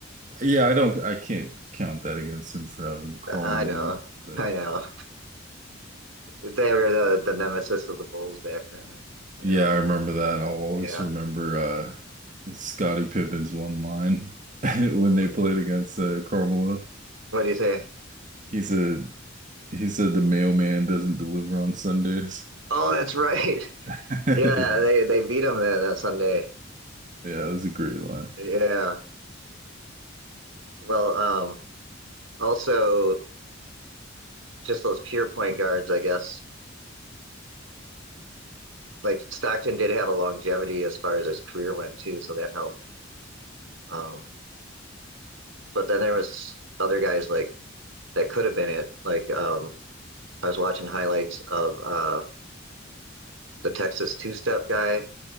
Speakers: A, on the right; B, on the right.
A: Yeah, I don't, I can't count that against him for having Karl
B: I
A: Malone,
B: know.
A: but
B: I know. they were the, the nemesis of the Bulls back then. You
A: yeah,
B: know,
A: I remember that. I'll always
B: yeah.
A: remember uh Scottie Pippen's one line <laughs> when
B: What
A: they played against uh, Karl Malone.
B: do you say?
A: He said he said the mailman doesn't deliver on Sundays. <laughs>
B: Oh, that's right. <laughs>
A: Yeah,
B: Yeah, they they beat them then that Sunday.
A: yeah, that was a great line.
B: Yeah. Well, um, also just those pure point guards, I guess. Like Stockton did have a longevity as far as his career went too, so that helped. Um, but then there was other guys like that could have been it. Like um, I was watching highlights of uh, the Texas two-step guy,